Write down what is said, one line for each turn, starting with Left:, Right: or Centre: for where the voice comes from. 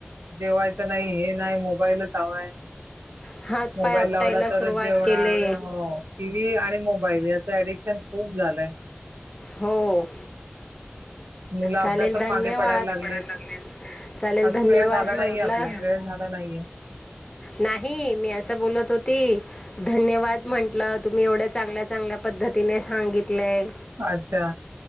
Right: जेवायचं नाही हे, नाही मोबाईलच हवाय.
Left: हातपाय
Right: मोबाईल
Left: आपटायला
Right: लावला
Left: सुरुवात
Right: तरच जेवणार
Left: केले
Right: टी व्ही आणि मोबाईल याच एडिशन खूप. झालंय.
Left: हो ओ.
Right: मुलं अभ्यासात
Left: चालेल धन्यवाद.
Right: मागे लागलेत.
Left: पडायला लागलेत. चालेल
Right: अजून
Left: धन्यवाद
Right: वेळ झाला नाहीये
Left: म्हटलं.
Right: आपला वेळ झाला नाहीये.
Left: नाही मी असं बोलत होती. धन्यवाद म्हंटलं, तुम्ही एवढ्या चांगल्या चांगल्या पद्धतीने सांगितलंय.
Right: अच्छा